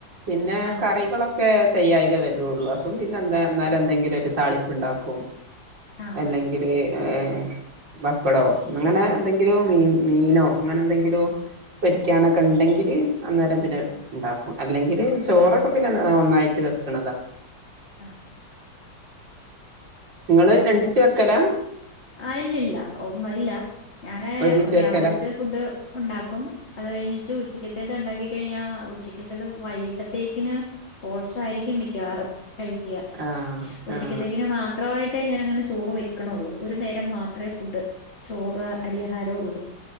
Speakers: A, on the right (about 80°); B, on the left (about 35°).
A: പിന്നെ
B: ആഹ്
A: കറികളൊക്കെ ഒക്കെ തെയ്യായിക വരൊള്ളൂ. അപ്പം പിന്നെ എന്താ അന്നേരം എന്തെങ്കിലും ഒരു താളിപ്പ് ഇണ്ടാക്കും.
B: ആഹ്
A: അല്ലെങ്കില് ഏഹ്. പപ്പടോ. അങ്ങനെ എന്തെങ്കിലു മീ മീനോ. അങ്ങനെ എന്തെങ്കിലും. പൊരിയ്ക്കാനൊക്കെ ഇണ്ടെങ്കില്. അന്നേരം പിന്നെ
B: ആഹ്
A: ഉണ്ടാക്കും. അല്ലെങ്കില്
B: ആഹ്
A: ചോറൊക്കെ പിന്നെ ഒന്നായിട്ട് വെക്ക്ണതാ.
B: ആഹ് ആഹ്
A: ഇങ്ങള് രണ്ടിച്ച് വെയ്ക്കലാ.
B: ആ ഇല്ലില്ല. ഇല്ല ഞാന്
A: ഒരുമിച്ച് വെക്കലാ
B: രാവിലത്തെ ഫുഡ് ഉണ്ടാക്കും. അത് കഴിഞ്ഞ്ച്ച് ഉച്ചയ്ക്കത്തേത് ഉണ്ടാക്കി കഴിഞ്ഞാ ഉച്ചക്കത്തത് വൈകിട്ടത്തേക്കിന് ഓട്സ് ആയിരിക്കും മിക്കവാറും കഴിക്ക.
A: ആഹ്
B: ഉച്ചക്കത്തേക്കിന്
A: ആഹ്
B: മാത്രവായിട്ടേ ഞാനങ്ങനെ ചോറ് വെക്ക്ണൊള്ളൂ. ഒരു നേരം മാത്രേ ഫുഡ്. ചോറ്. അരി ആഹാരം ഒള്ളു.